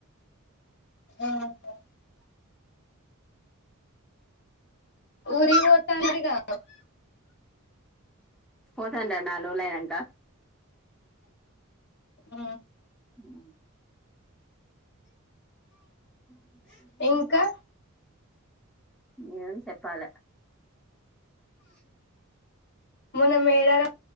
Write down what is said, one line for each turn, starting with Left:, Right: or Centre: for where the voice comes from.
Left: <unintelligible> ఊరి ఓతా అన్నారుగా
Centre: పోతం రా నాల్రోల్ అయినాక
Left: ఉ
Centre: ఉ <unintelligible>
Left: ఇంకా
Centre: నేను చెప్పాల హ
Left: మొన్న
Centre: <unintelligible>
Left: మేడారం